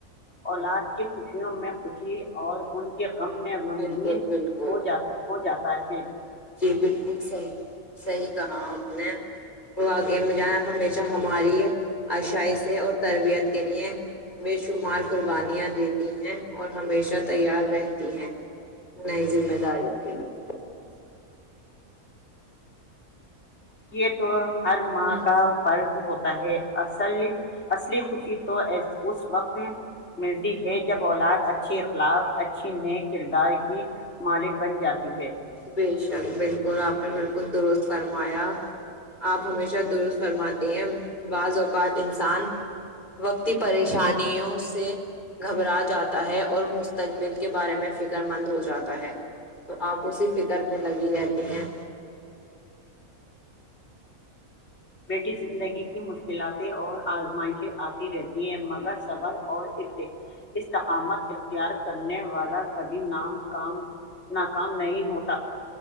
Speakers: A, on the left; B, on the left.
A: اولاد کی خوشیوں میں خوشی اور ان کے غم میں غمگین
B: بالکل بالکل
A: ہو جات ہو جات ہوتا ہے
B: جی بالکل صحیح صحیح کہا آپ نے وہ آگ جان ہمیشہ ہماری اشائ سے اور تربیت کے لیے بے شمار قربانیاں دیتی ہیں اور ہمیشہ تیار رہتی ہیں نئی ذمہ داریوں کے لیے
A: یہ تو ہر ماں
B: ہوں
A: کا فرض ہوتا ہے اسلی اصلی خوشی تو اس وقت ملتی ہے جب اولاد اچھے اخلاق اچھی نئے کردار کی مالک بن جاتی ہے
B: بے شک بالکل آپ نے بالکل درست فرمایا آپ ہمیشہ درست فرماتی ہیں بعض اوقات انسان وقتی پریشانیوں سے گھبرا جاتا ہے اور مستقبل کے بارے میں فکر مند ہو جاتا ہے اسی فکر میں لگی رہتی ہیں
A: بیٹی زندگی کی مشکلاتیں اور آزمائشیں آتی رہتی یہ مگر صبر اور ات استقامت اختیار کرنے والا کبھی نام کام ناکام نہیں ہوتا